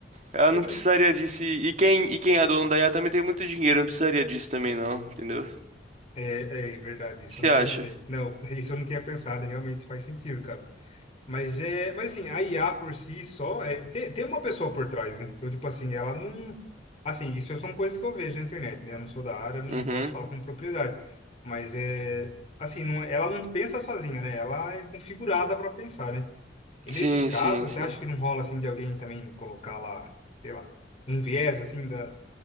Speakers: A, on the right; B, on the left.
A: ela
B: mas
A: não precisaria disso. E e quem, e quem é dono da IA também tem muito dinheiro, não precisaria disso também não, entendeu? O
B: é, é verdade, isso
A: que
B: eu
A: você
B: não
A: acha?
B: pensei. Não, <laughs> isso eu não tinha pensado, realmente faz sentido, cara. Mas é, mas assim, a IA por si só é, tem, tem uma pessoa por trás, né? Então, tipo assim, ela não, assim, isso é, são coisas que eu vejo na internet, né? Eu não sou da área, eu não
A: Uhum.
B: posso falar com propriedade, mas é, assim, não, é, ela não pensa sozinha, né? Ela é configurada para pensar, né? E
A: Sim,
B: nesse caso,
A: sim,
B: você
A: sim.
B: acha que não rola assim de alguém também colocar lá, sei lá, um viés assim da,